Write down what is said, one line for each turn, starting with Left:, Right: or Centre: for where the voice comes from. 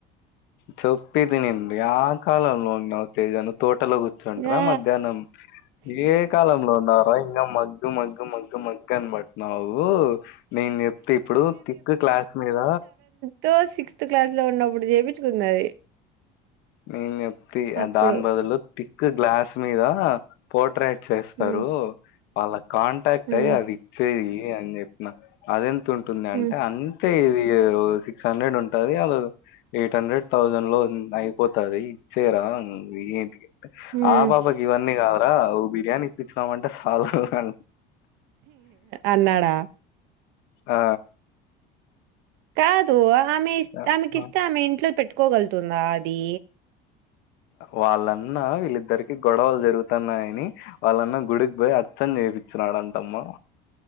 Left: చెప్పదినిండి ఆ కాలంలో వున్నావ్ తేజా నువ్వు తోటలొ కూర్చుంట్రా
Right: ఆ
Left: మధ్యాహ్నం ఏ కాలంలో ఉన్నావ్ మగమ్ మగమ్ మగమ్ మగ్ అన్ బట్నావు మేమ్ చెప్తే ఇప్పుడు తిక్ క్లాస్ మీద
Right: తో సిక్స్త్ క్లాస్ లో ఉన్నప్పుడు చేపిన్చుకుంది అది
Left: నేను చెప్తి
Right: అప్పుడు
Left: దాని బదులు తిక్ గ్లాస్ మీద పోర్ట్రేట్ చేస్తారు
Right: హ్మ్
Left: వాళ్ళ కాంటాక్ట్
Right: హ్మ్
Left: అయ్యి అది ఇచ్చేయి అన్ చెప్ న అది ఎంతుంటుంది
Right: హ్మ్
Left: అంటే అ అతే ఇది సిక్స్ హండ్రెడ్ ఉంటది అది ఎయిట్ హండ్రెడ్ థౌజండ్ లో అ పోతది ఇచ్చేయ్ రా <unintelligible>
Right: హ్మ్
Left: ఇవన్నీ కాదురా ఒ బిర్యానీ ఇప్పిచిన్నవంటే సాల్ రా
Right: అన్నాడా
Left: ఆ
Right: కాదు ఆమె ఇష్టామే
Left: యాహ్!
Right: ఆమెకిష్టామే
Left: ఆ!
Right: ఇంట్లో పెట్టుకోగలుతుందా అది
Left: వాళ్ళన్నా వీళ్ళిద్దరికి గొడవలు జరుగుతున్నాయన్ వాళ్ళన్నా గుడికి పోయి అర్చన్ చెపించిన్నాడన్టమ్మా